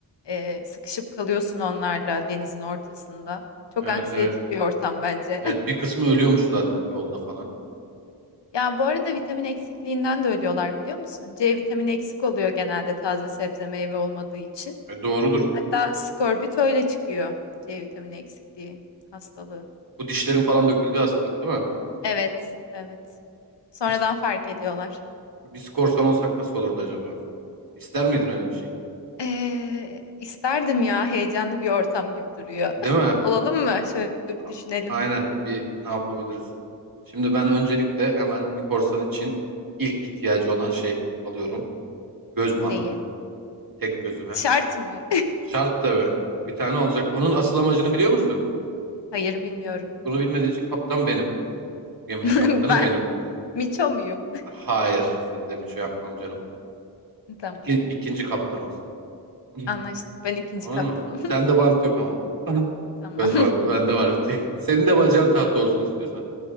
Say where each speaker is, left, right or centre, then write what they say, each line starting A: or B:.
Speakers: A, on the left; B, on the right.
A: Ee, sıkışıp kalıyorsun onlarla denizin ortasında. Çok
B: Evet
A: anksiyetik
B: evet.
A: bir ortam bence.
B: Evet
A: <laughs>
B: bir kısmı ölüyormuş zaten yolda falan.
A: Ya bu arada vitamin eksikliğinden de ölüyorlar biliyor musun? C vitamini eksik oluyor genelde taze sebze meyve olmadığı için.
B: E, doğrudur.
A: Hatta skorbut öyle çıkıyor. C vitamini eksikliği hastalığı.
B: Bu dişlerin falan döküldüğü hastalık değil mi?
A: Evet, evet. Sonradan
B: Biz,
A: fark ediyorlar.
B: biz korsan olsak nasıl olurdu acaba? İster miydin öyle bir şey?
A: Ee, isterdim ya heyecanlı bir ortam gibi duruyor.
B: Değil
A: <laughs>
B: mi?
A: Olalım mı? Şöyle bir
B: A-
A: düşünelim.
B: Aynen. Bir ne yapabiliriz? Şimdi ben öncelikle hemen bir korsan için ilk ihtiyacı olan şey alıyorum. Göz bandı.
A: Neyi?
B: Tek gözüme.
A: Şart mı?
B: Şart tabii. Bir tane olacak. Onun asıl amacını biliyor musun?
A: <laughs> Hayır bilmiyorum.
B: Bunu bilmediğin için kaptan benim. Geminin
A: <laughs>
B: kaptanı
A: Ben
B: benim.
A: Miço muyum?
B: Hayır. Senin de miço yapmam canım.
A: <laughs> Tamam.
B: İki, ikinci kaptan olsun. <laughs>
A: Anlaştık. Ben ikinci
B: Olur
A: kaptanım.
B: mu? Sende bant yok ama. <laughs>
A: <laughs> Tamam.
B: Göz bandı. Bende var bir tek. Senin de bacağın tahta olsun istiyorsan.